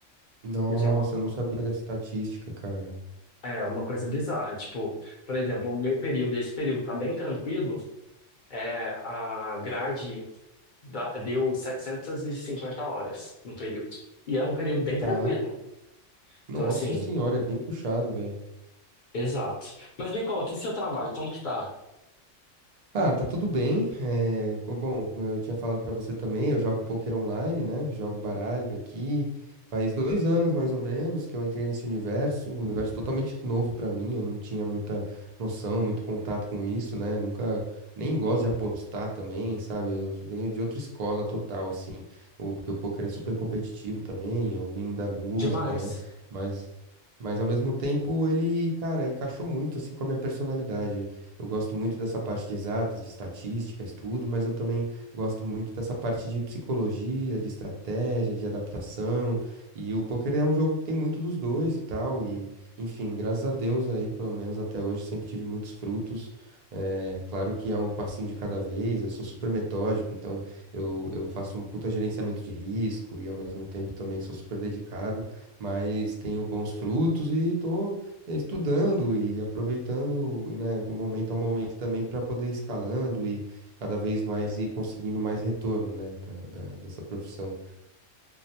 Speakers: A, on the right (about 60°); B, on the left (about 50°).
A: Nossa,
B: porque é uma,
A: eu não sabia dessa estatística, cara.
B: é uma coisa bizarra. Tipo, por exemplo, o meu período, esse período tá bem tranquilo, é, a grade da- deu 750 horas no período. E é um período bem
A: Tá.
B: tranquilo.
A: Nossa
B: Então, assim.
A: senhora, é bem puxado, velho.
B: Exato. Mas me conta, e seu trabalho, como que tá?
A: Ah, tá tudo bem. É, co- bom, eu tinha falado pra você também, eu jogo poker online, né? Jogo baralho aqui. Faz dois anos, mais ou menos, que eu entrei nesse universo, um universo totalmente novo pra mim. Eu não tinha muita noção, muito contato com isso, né? Nunca nem gosto de apostar também, sabe? Eu venho de outra escola total, assim. o- Porque o poker é super competitivo também. Eu vim da música,
B: Demais.
A: né? Mas, mas ao mesmo tempo ele, cara, encaixou muito assim com a minha personalidade eu gosto muito dessa parte de exatas, de estatística, estudo, mas eu também gosto muito dessa parte de psicologia, de estratégia, de adaptação. E o poker é um jogo que tem muito dos dois e tal. E, enfim, graças a Deus aí, pelo menos até hoje, sempre tive muitos frutos. É, claro que é um passinho de cada vez, eu sou super metódico, então eu, eu faço um puta gerenciamento de risco e ao mesmo tempo também sou super dedicado, mas tenho bons frutos e tô é, estudando e aproveitando, né, o momento ao momento também para poder ir escalando e cada vez mais ir conseguindo mais retorno, né, da, da- dessa profissão.